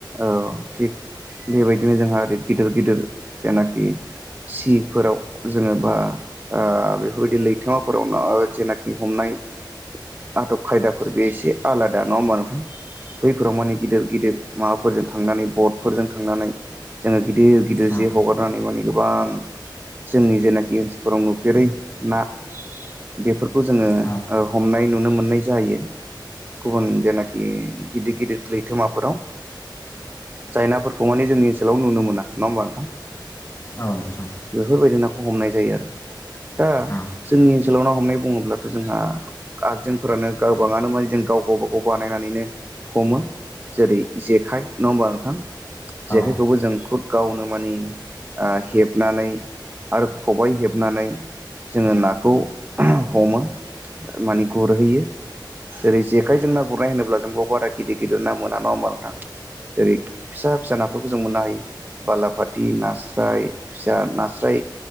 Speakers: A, on the right (about 20°); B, on the left (about 40°).
A: औ थिग बेबायदिनो जोंहा ओरै गिदिर गिदिर जेनाखि सिफोराव जोङो बा ओ बेफोरबायदि लैथोमाफोरावनो जेनाखि हमनाय आदब खायदाफोर बे एसे आलादा नङा होमबा नोंथां बैफोराव माने गिदिर गिदिर माबाफोरजों थांनानै बटफोरजों थांनानै जोङो गिदिर गिदिर
B: औ
A: जे हगार नानै माने गोबां जोंनि जेनाखि ओनसोलफोराव नुफेरै ना। बेफोरखौ जोङो
B: औ
A: ओ हमनाय नुनो मोननाय जायो गुबुन जेनाखि गिदिर गिदिर लैथोमाफोराव। जाय नाफोरखौ माने जोंनि ओनसोलाव नुनो मोना नङा होमबा नोंथां।
B: औ नोंथां।
A: बेफोरबायदि नाखौ हमनाय जायो आरो। दा
B: औ
A: जोंनि ओनसोलाव ना हमनाय बुङोब्लाथ' जोंहा आगजोंफोरानो गोबाङानो माने जों गाव गाव गाबागाव बानायनानैनो हमो जेरै जेखाइ नङा होमबा नोंथां जेखाइखौबो
B: औ
A: जों खुद गावनो मानि ओ हेबनानै आरो खबाइ हेबनानै जोङो नाखौ हमो माने गुरहैयो। जेरै जेखाइजों ना गुरनाय होनोब्ला बेयाव बारा गिदिर गिदिर ना मोना नङा होमबा नों थां जेरै फिसा फिसा नाफोरखौ जों मोननो हायो। बाला फाथि नास्राय फिसा नास्राय